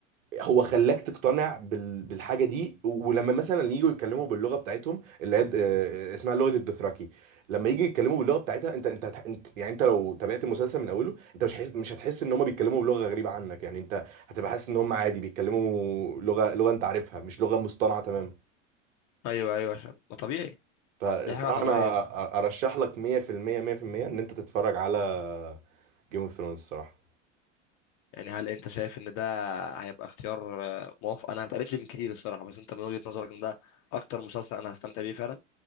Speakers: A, on the right (about 80°); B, on the left (about 45°).
A: هو خلاك تقتنع بال... بالحاجه دي ولما مثلا يجوا يتكلموا باللغه بتاعتهم اللي هي د- اه، اسمها لغه الدوثراكي لما يجي يتكلموا باللغه بتاعتها انت انت, هت- انت يعني انت لو تابعت المسلسل من اوله انت مش هتحس مش هتحس ان هم بيتكلموا بلغه غريبه عنك يعني انت هتبقى حاسس ان هم عادي بيتكلموا لغه لغه انت عارفها مش لغه مصطنعه تماما
B: ايوه ايوه عشان ما طبيعي
A: فالصراحة
B: دي حاجه طبيعيه
A: أنا أ- أرشح لك 100% 100% إن أنت تتفرج على جيم اوف ثرونز الصراحة
B: يعني هل انت شايف ان ده هيبقى اختيار آه، موافق انا اتقالت لي من كتير الصراحه بس انت من وجهة نظرك ان ده اكتر مسلسل انا هستمتع بيه فعلا